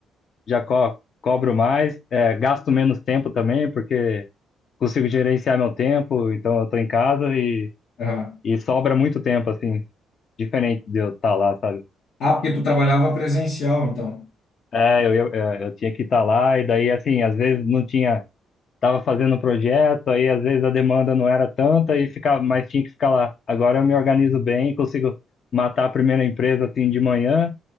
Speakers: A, on the left (about 55°); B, on the left (about 75°).
A: já co cobro mais, é, gasto menos tempo também, porque consigo gerenciar meu tempo, então eu tô em casa e,
B: Ah,
A: e sobra muito tempo, assim, diferente de eu estar lá, sabe?
B: Ah, porque tu trabalhava presencial, então.
A: É, eu, eu, eu eu tinha que estar lá, e daí, assim, às vezes não tinha, tava fazendo um projeto, aí às vezes a demanda não era tanta, e ficava, mas tinha que ficar lá. Agora eu me organizo bem, consigo matar a primeira empresa, assim, de manhã,